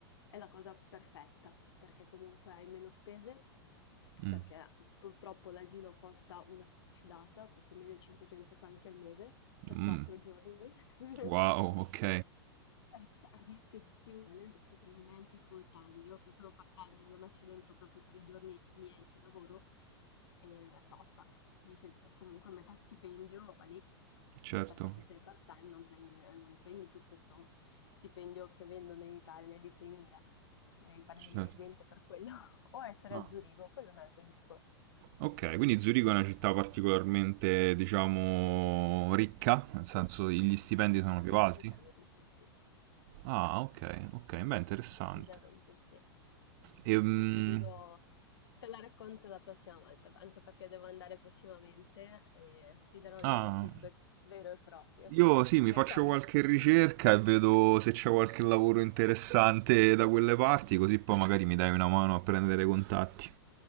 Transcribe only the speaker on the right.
Mm.
Mm.
Wow, ok,
certo,
certo.
No.
Ok, quindi Zurigo è una città particolarmente, diciamo, ricca, nel senso gli stipendi sono più
alti.
Ah, ok, ok, beh, interessante.
Ehm,
ah,
io sì, mi
faccio qualche ricerca
e vedo se c'è qualche lavoro interessante da quelle parti, così poi magari mi dai una mano a prendere contatti.